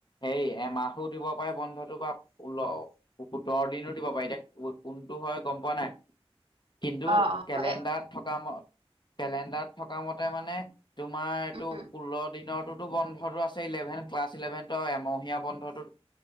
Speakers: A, on the left; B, on the right.
A: হেই এমাহ। <unintelligible> দিব পাৰে বন্ধটো বা ওল সোতৰ দিনত দিব পাৰি এতিয়া কোনটো হয় গ'ম পোৱা নাই। কিন্তু
B: অ অ
A: কেলেণ্ডাৰত
B: এ
A: থকা কেলেণ্ডাৰত থকা মতে মানে তোমাৰ এইটো
B: উম
A: ষোল্ল দিনৰতোতো বন্ধটো আছিল। ইলেভেন ক্লাছ ইলেভেনত এমহীয়া বন্ধতো